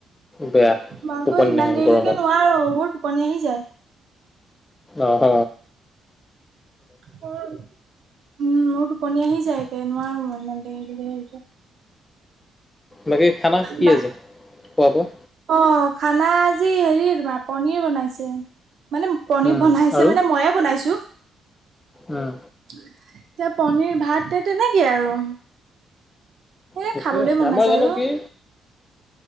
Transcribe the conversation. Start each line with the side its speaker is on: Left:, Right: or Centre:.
Left: বেয়া
Right: মই আকৌ
Left: টোপনি
Right: ইমান
Left: নাহে
Right: দেৰিলৈকে
Left: গৰমত
Right: নোৱাৰো মোৰ টোপনি আহি যায়।
Left: আহ।
Right: উম মোৰ টোপনী আহি যায়। নোৱাৰো মই ইমান দেৰি <unintelligible>
Left: বাকী খানা কি
Right: বা
Left: আজি খোৱা বোৱা?
Right: অ খানা আজি হেৰি তমা পনিৰ বনাইছে। মানে পনীৰ
Left: উম
Right: বনাইছে
Left: আৰু
Right: মানে মইয়ে বনাইছো।
Left: উম
Right: এ, পনিৰ ভাত এ, তেনেকেই আৰু। এ,
Left: ঠিকে
Right: খাবলৈ
Left: আছে
Right: মন
Left: আমাৰ
Right: নাযায়
Left: জানো
Right: অ'।
Left: কি